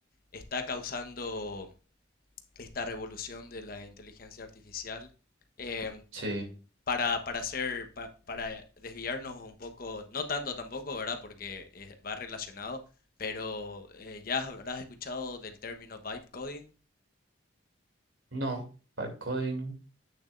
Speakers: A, on the left; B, on the right.
A: está causando esta revolución de la inteligencia artificial. Em,
B: sí.
A: para, para hacer, pa- para desviarnos un poco, no tanto tampoco, ¿verdad? Porque eh, va relacionado, pero eh, ya habrás escuchado del término vibe coding.
B: No, pipe coding.